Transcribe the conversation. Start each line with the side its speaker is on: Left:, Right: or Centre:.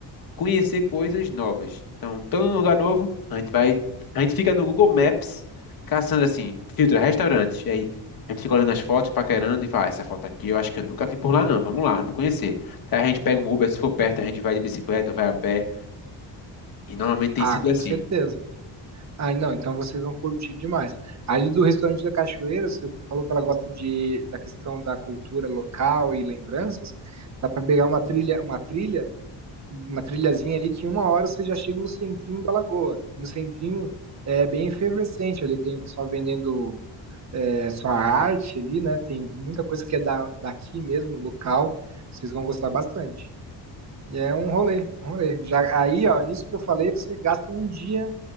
Left: conhecer coisas novas. Então, todo lugar novo, a gente vai. A gente fica no Google Maps caçando assim, filtra restaurantes. E aí a gente fica olhando as fotos, paquerando e fala: "Ah, essa foto aqui eu acho que eu nunca vi por lá, não. Vamos lá, vamos conhecer. Aí a gente pega um Uber, se for perto, a gente vai de bicicleta, vai a pé. E normalmente tem
Right: Ah,
Left: sido
Right: com
Left: assim.
Right: certeza. Ah, não, então vocês vão curtir demais. Ali do restaurante da Cachoeira, você falou que ela gosta de, da questão da cultura local e lembranças. Dá para pegar uma trilha, uma trilha, uma trilhazinha ali que uma hora você já chega no centrinho da lagoa. No centrinho é bem efervescente, ali tem o pessoal vendendo é, sua arte ali, né? Tem muita coisa que é da, daqui mesmo, local. Vocês vão gostar bastante. E é um rolê, um rolê. Já, aí, ó, nisso que eu falei, você gasta um dia